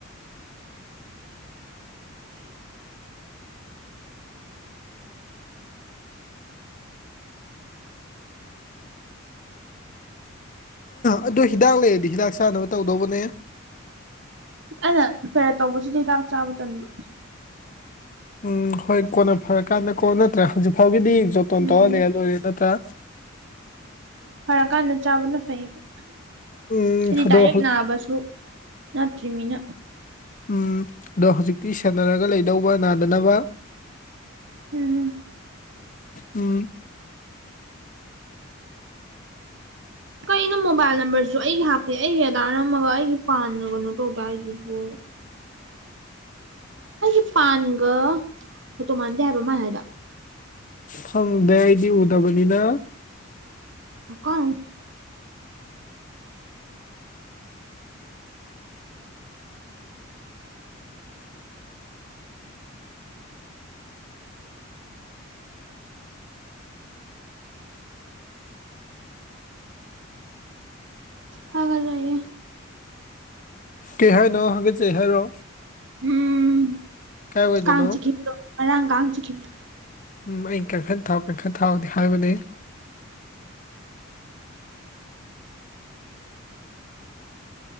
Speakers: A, on the left; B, on the right.
A: ꯑꯗꯣ ꯍꯤꯗꯥꯛ ꯂꯩꯔꯗꯤ ꯍꯤꯗꯥꯛ ꯆꯥꯅꯕ ꯇꯧꯗꯧꯕꯅꯦ
B: ꯑꯩꯅ ꯐꯔꯦ ꯇꯧꯕꯁꯤꯗꯤ ꯍꯤꯗꯥꯛ ꯆꯥꯕ ꯇꯟꯕ
A: ꯎꯝ ꯍꯣꯏ ꯀꯣꯟꯅ ꯐꯔꯀꯥꯟꯗꯀꯣ ꯅꯠꯇ꯭ꯔꯥ ꯍꯧꯖꯤꯛ ꯐꯥꯎꯒꯤꯗꯤ ꯖꯣꯞꯇꯣꯟ
B: ꯎꯝ
A: ꯇꯧꯔꯂꯔ ꯂꯣꯏꯔꯦ ꯅꯠꯇ꯭ꯔꯥ
B: ꯐꯔꯀꯥꯟꯗ ꯆꯥꯕꯅ ꯐꯩꯌꯦꯕ
A: ꯎꯝ
B: ꯍꯥꯏꯗꯤ
A: ꯑꯗꯣ
B: ꯗꯥꯏꯔꯦꯛ
A: ꯍꯧ
B: ꯅꯥꯕꯁꯨ ꯅꯠꯇ꯭ꯔꯤꯃꯤꯅ꯫
A: ꯎꯝ ꯑꯗꯣ ꯍꯧꯖꯤꯛꯇꯤ ꯁꯦꯟꯅꯔꯒ ꯂꯩꯗꯧꯕ ꯅꯥꯗꯅꯕ꯫
B: ꯎꯝ꯫
A: ꯎꯝ꯫
B: ꯑꯩꯅ ꯃꯣꯕꯥꯏꯜ ꯅꯝꯕꯔꯁꯨ ꯑꯩꯒꯤ ꯍꯥꯞꯄ ꯑꯩꯒꯤ ꯑꯗꯥ ꯅꯝꯃꯒ ꯑꯩꯒꯤ ꯄꯥꯟꯒ ꯀꯩꯅꯣ ꯇꯧꯗꯦ ꯍꯥꯏꯁꯤꯕꯨ꯫ ꯑꯩꯒꯤ ꯄꯥꯟꯒ ꯍꯣꯠꯇꯣ ꯃꯥꯟꯗꯦ ꯍꯥꯏꯕ ꯃꯥꯟ ꯍꯥꯏꯗꯣ꯫
A: ꯐꯪꯗꯦ ꯑꯩꯗꯤ ꯎꯗꯕꯅꯤꯅ꯫
B: <unintelligible> ꯍꯥꯏꯒꯠꯂꯛꯑꯦ
A: ꯀꯩ ꯍꯥꯏꯅꯣ ꯍꯥꯏꯒꯠꯆꯩ ꯍꯥꯏꯔꯣ꯫
B: ꯎꯝ
A: ꯀꯥꯏ ꯋꯥꯏꯗꯅꯣ꯫
B: ꯀꯥꯡ ꯆꯤꯛꯈꯤꯕꯗꯣ ꯉꯔꯥꯡ ꯀꯥꯡ ꯆꯤꯛꯈꯤꯕꯗꯣ
A: ꯎꯝ ꯑꯩ ꯀꯟꯈꯠ ꯊꯥꯎ ꯀꯟꯈꯠ ꯊꯥꯎꯗꯤ ꯍꯥꯏꯕꯅꯦ꯫